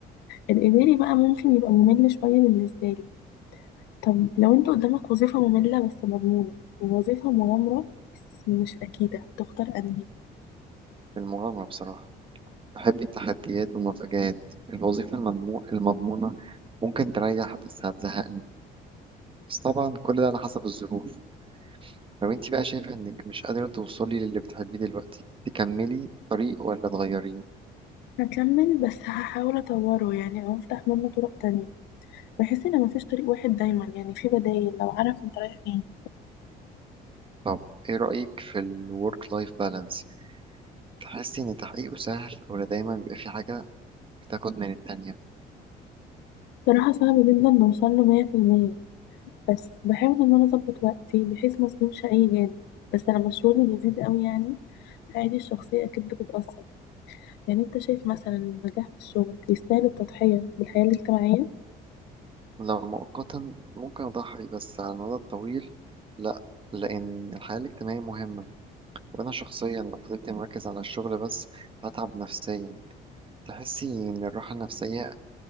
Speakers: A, on the left (about 85°); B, on the right (about 30°).
A: الاداري بقى ممكن يبقى ممل شويه بالنسبه لي طب لو انت قدامك وظيفه ممله بس مضمونه ووظيفه مغامره بس مش اكيده تختار انهي
B: في المغامرة بصراحة بحب التحديات والمفاجآت الوظيفة المضمو- المضمونة ممكن تريح بس هتزهقني بس طبعا كل ده على حسب الظروف لو انت بقى شايفة انك مش قادرة توصلي للي بتحبيه دلوقتي تكملي الطريق ولا تغيريه
A: هكمل بس هحاول اطوره يعني او افتح منه طرق تانية بحس ان مفيش طريق واحد دايما يعني في بدايل لو عارف انت رايح فين
B: طب ايه رأيك في الورك لايف بالانس تحسي ان تحقيقه سهل ولا دايما بيبقى في حاجة بتاخد من التانية
A: صراحه صعب جدا نوصل له 100% بس بحاول ان انا اظبط وقتي بحيث ما اظلمش اي جانب بس لما الشغل بيزيد قوي يعني حياتي الشخصية اكيد بتتأثر يعني انت شايف مثلا إن النجاح في الشغل يستاهل التضحية بالحياة الاجتماعية
B: لو مؤقتا ممكن اضحي بس على المدى الطويل لا لان الحياة الاجتماعية مهمة وأنا شخصيا لو فضلت مركز على الشغل بس هتعب نفسيا تحسي إن الراحة النفسية